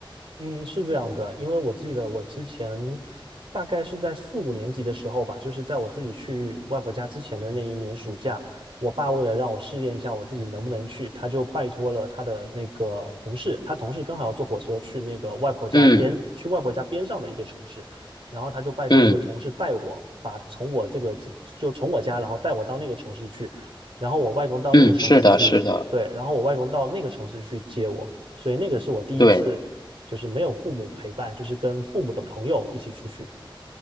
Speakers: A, on the right (about 80°); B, on the left (about 50°).
A: 嗯，是这样的，因为我记得我之前大概是在四五年级的时候吧，就是在我自己去外婆家之前的那一年暑假，我爸为了让我试验一下我自己能不能去，他就拜托了他的那个同事，他同事刚好要坐火车去那个外婆家边，
B: 嗯
A: 去外婆家边上的一个城市，然后他就拜托那个同事带我，
B: 嗯
A: 把从我这个就从我家，然后带我到那个城市去，然后我外公到那个城市去，
B: 嗯，是的，是的，
A: 对，然后我外公到那个城市去接我。所以那个是我第一次就是没有父母陪伴，
B: 对，
A: 就是跟父母的朋友一起出去。